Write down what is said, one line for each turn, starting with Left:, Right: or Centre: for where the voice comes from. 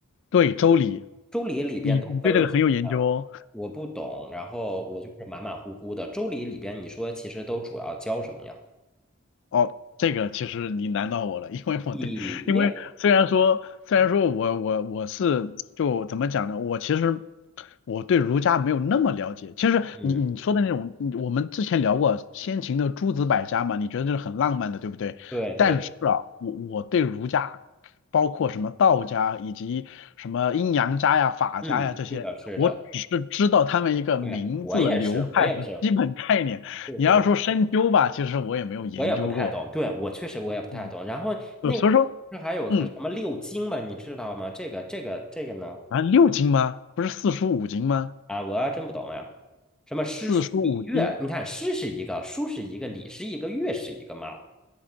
Left: 对周礼，
Centre: 周礼里边都分了什么呀？
Left: 你你对这个很有研究哦。
Centre: 我不懂，然后我就是马马虎虎的。周礼里边你说其实都主要教什么呀？
Left: 哦，这个其实你难到我了，因为我对，
Centre: 礼，
Left: <laughs> 因为虽然说虽然说我我我是就怎么讲呢，我其实我对儒家没有那么了解。其实你你说的那种，
Centre: 嗯，
Left: 你我们之前聊过先秦的诸子百家嘛，你觉得这是很浪漫的，对不对？
Centre: 对对，
Left: 但是啊，我我对儒家，包括什么道家以及什么阴阳家呀、法家呀这些，
Centre: 嗯，是的，是的。
Left: 我只是知道他们一个名字、
Centre: 对，我也是，
Left: 流派和基本概念。
Centre: 我也是，对对，
Left: 你要说深究吧，其实我也没有研究过。
Centre: 我也不太懂，对，我确实我也不太懂。
Left: 嗯，
Centre: 然后那个时候不是还有个什么六经嘛，
Left: 就所以说，嗯，
Centre: 你知道吗？这个这个这个呢？
Left: 啊，六经吗？不是四书五经吗？
Centre: 啊，我还真不懂呀。什么诗书礼乐？
Left: 四书五经
Centre: 你看，诗是一个，书是一个，礼是一个，乐是一个嘛。